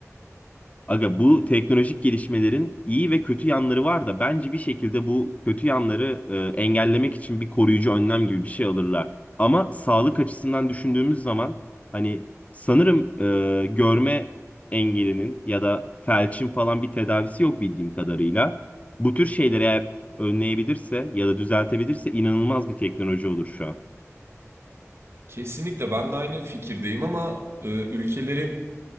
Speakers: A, on the left (about 25°); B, on the right (about 55°).
A: Aga bu teknolojik gelişmelerin iyi ve kötü yanları var da bence bir şekilde bu kötü yanları e, engellemek için bir koruyucu önlem gibi bir şey alırlar. Ama sağlık açısından düşündüğümüz zaman hani sanırım e, görme engelinin ya da felçin falan bir tedavisi yok bildiğim kadarıyla. Bu tür şeyleri eğer önleyebilirse ya da düzeltebilirse inanılmaz bir teknoloji olur şu an.
B: Kesinlikle ben de aynı fikirdeyim ama e, ülkelerin